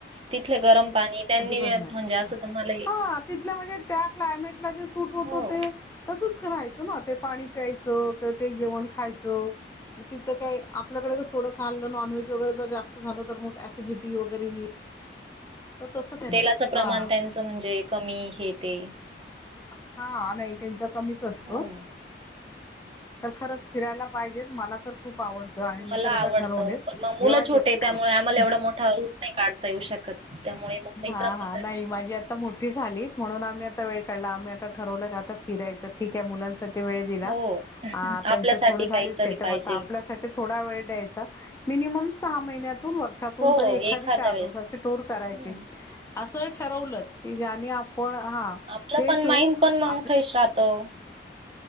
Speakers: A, on the right; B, on the left.
A: तिथले गरम पाणी त्यांनी
B: अजिबात नाही
A: म्हणजे असं तुम्हाला हे-
B: हा तिथल म्हणजे त्या क्लामेटला जे सूट होतो
A: हो
B: ते तसं राहायचं नां ते पाणी प्यायचं किंवा ते जेवण खायच तिथ काय आपल्याकडे थोडं खाल नॉनव्हेज शुगर जर जास्त झालं तर मग ऍसिडिटी वगैरे येईल. तर तसं काय नाही
A: तेलाच प्रमाण
B: हा
A: त्यांचं म्हणजे कमी हे ते
B: हा नाही त्यांचा कमीच असतो.
A: हम्म
B: तर खरंच फिरायला पाहिजेच मला तर खूप आवडत आणि मी
A: मला
B: तर
A: आवडतं
B: आता ठरवले
A: पण मग
B: जेव्हा
A: मुलं छोटे
B: ज
A: त्यामुळे आम्हाला एवढा मोठा रूट नाही काढता येऊ शकत. त्यामुळे मग मित्र
B: हा-हा
A: मैत्रिणी
B: नाही माझी आता मोठी झालीत. म्हणून आम्ही आता वेळ काढला आम्ही आता ठरवलं का आता फिरायचं ठीक आहे मुलांसाठी वेळ दिला.
A: हो
B: हा
A: आपल्यासाठी
B: त्यांच थोड झाले
A: काहीतरी
B: सेटअप
A: पाहिजे
B: आता आपल्यासाठी थोडा वेळ द्यायचा मिनिमम सहा महिन्यात व वर्षातून
A: हो
B: तरी एखादी
A: एखाद्या वेळेस
B: टूर करायची
A: हम्म.
B: अस ठरवलंच कि ज्याने आपण पण हा
A: आपलं
B: फ्रेश
A: पण
B: होऊ
A: माइंड पण मग
B: आप
A: फ्रेश राहतं.